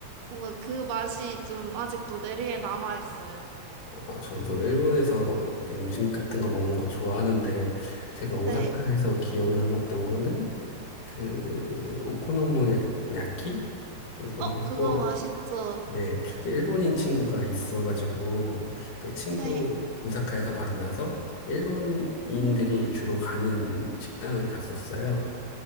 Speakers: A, on the right (about 85°); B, on the left (about 50°).
A: 뭔가 그 맛이 좀 아직도 내리에 남아 있어요.
B: 아, 저도 일본에서 음식 같은 거 먹는 거 좋아하는데, 제가 오사카에서
A: 네.
B: 기억 남았던 거는, 그, 오코노미야키? 이거
A: 어,
B: 하고,
A: 그거 맛있죠?
B: 네, 제 일본인 친구가 있어가지고 그 친구
A: 네.
B: 오사카에서 만나서 일본인들이
A: 음,
B: 주로 가는 식당을 갔었어요.